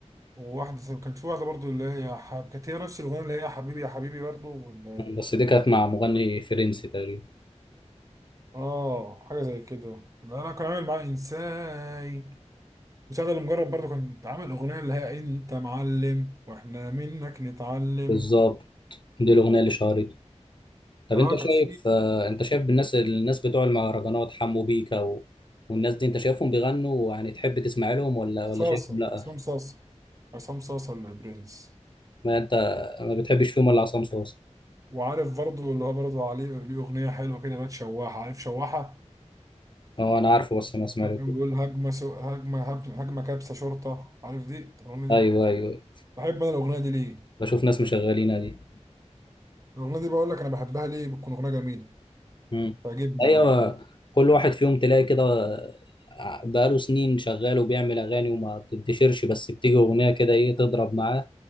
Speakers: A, on the right; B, on the left.
A: وواحدة كان في واحدة برضو اللي هي يا حب... كانت هي نفس الأغنية اللي هي يا حبيبي يا حبيبي برضو ولا إيه؟
B: مم، بس دي كانت مع مغني فرنسي تقريبا
A: آه حاجة زي كده أنا كان عامل معاه إنساي وسعد المجرد برضو كان عامل أغنية اللي هي أنت معلم وإحنا منك نتعلم
B: بالظبط دي الاغنيه اللي شهرته طب
A: آه
B: انت شايف
A: كانت في
B: آه، انت شايف الناس الناس بتوع المهرجانات حمو بيكا و... والناس دي انت شايفهم بيغنوا يعني تحب تسمع لهم ولا
A: صاصة
B: ولا شايفهم لا
A: عصام صاصة عصام صاصة البرنس
B: ما انت ما بتحبش فيهم ولا عصام صوصه
A: وعارف برضو اللي هو برضو عليه ليه أغنية حلوة كده اللي هي شواحة عارف شواحة
B: اه انا عارفه بس ما سمعته
A: كان بيقول هجمة سو... هجمة هب- هجمة كبسة شرطة عارف دي طب الأغنية
B: ايوه
A: دي
B: ايوه
A: بحب أنا الأغنية دي ليه؟
B: بشوف ناس مشغلينها دي
A: الأغنية دي بقول لك أنا بحبها ليه بتكون أغنية جميلة
B: مم.
A: تعجبني
B: ايوه
A: يعني
B: كل واحد فيهم تلاقي كده ع- بقاله سنين شغال وبيعمل اغاني وما بتنتشرش بس بتيجي اغنيه كده ايه تضرب معاه